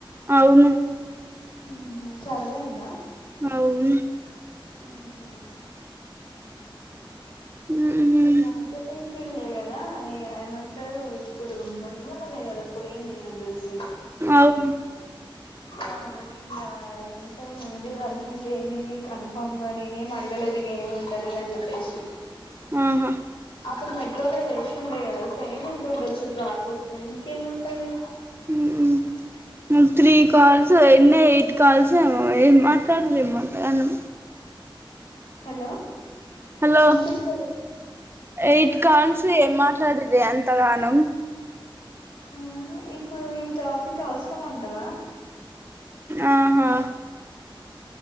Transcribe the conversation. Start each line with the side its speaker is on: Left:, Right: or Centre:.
Right: అవును
Left: ఉమ్ సరిది అయిందా
Right: అవును
Left: ఆహ
Right: ఉహూ
Left: మార్కెటింగ్ ఫీల్డే కదా ఇ ఏమంటారు ఇప్పుడు మొన్న మొన్న మొన్ననే కదా పోయింది దల్ సి
Right: అవును
Left: ఆ ఇంకా ఏను ఉంట మీ వాళ్కి ఇంకేమి కన్ఫామ్ గా నేనేమి అడగలేదు ఇక ఏమింటది అని చెప్పేసి
Right: ఆహా
Left: అప్పుడు మెట్రోలో చేసి ఉండే కదా సేమ్ ఉంటుండొచ్చు ప్రాసెస్ ఇంకేముంటది
Right: ఉహూ మేం త్రీ కాల్స్ అన్ని ఎయిట్ కాల్స్ ఏమో ఏం మాట్లాడదు ఏం మాట్లాడన్నా
Left: హలో
Right: హలో
Left: ఇనిపిస్తలేదు
Right: ఎయిట్ కాల్స్ ఏం మాట్లాడేదే ఎంతగానం
Left: ఆ ఇప్పుడు ఈ టాపిక్ అవసరంమంటావా
Right: ఆహా